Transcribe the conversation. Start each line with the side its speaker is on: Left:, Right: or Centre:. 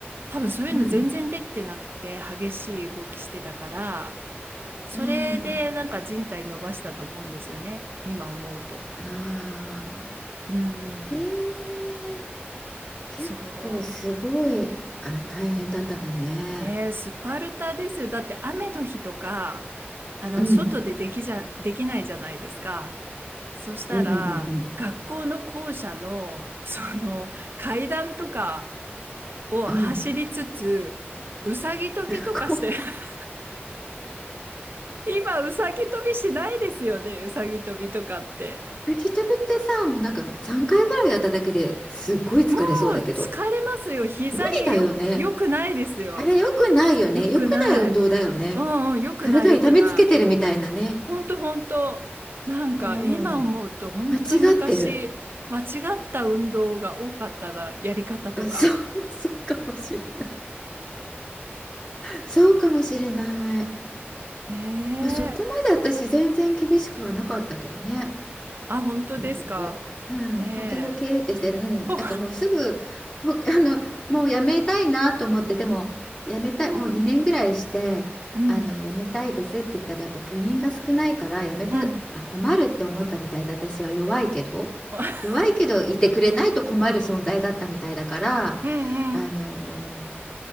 Right: 多分そういうの全然できてなくて、
Left: うん、
Right: 激しい動きしてたから、それでなんか人体伸ばしたと思うんですよね。
Left: うん。
Right: 今思うと。
Left: ああ、
Right: うん。
Left: へえ、結構すごい、
Right: そう。
Left: あ、大変だったんだね。
Right: えー、スパルタですよ。だって雨の日とか、あの、
Left: うん、
Right: 外でできじゃ、できないじゃないですか。そしたら、
Left: うん、うん、うん。うん
Right: 学校の校舎の、<laughs> その、階段とかを走りつつ、
Left: ああ、
Right: うさぎ跳びとかして、
Left: <laughs> ごめん。
Right: <laughs> 今、うさぎ跳びしないですよね、うさぎ跳びとかって。
Left: 滝旅ってさ、もうなんか3回ぐらいやっただけですっごい疲れそうだけど、
Right: もう、疲れますよ。膝によ、
Left: 無理だよね。
Right: よくないですよ。
Left: あれ良くないよね。
Right: よくない。
Left: 良くない運動だよね。
Right: うんうん、よくない、
Left: 体痛めつけてるみたいなね。
Right: よくない。本当本当なんか今思うと本当昔間違った運動が多かったなやり方とか
Left: うん。間違ってる。うんそう、<laughs> そうかもしれない。そうかもしれない。
Right: ねえ
Left: まあ、そこまで私全然厳しくはなかったけどね。
Right: あ本当ですかねえ
Left: 部活。うん、ほけほけってして、うん、
Right: ほ
Left: なんかもうすぐ、ほ、<laughs> あの、もうやめたいなと思って、でも、やめたい、
Right: うん
Left: もう2年ぐらいして、
Right: うん
Left: あの、やめたいですって言ったら、やっぱ部員が少ないから、やめたら困るって思ったみたいで、
Right: うん
Left: 私は弱いけど、
Right: <laughs>
Left: 弱いけど、いてくれないと困る存在だったみたいだから、
Right: うんうん
Left: あの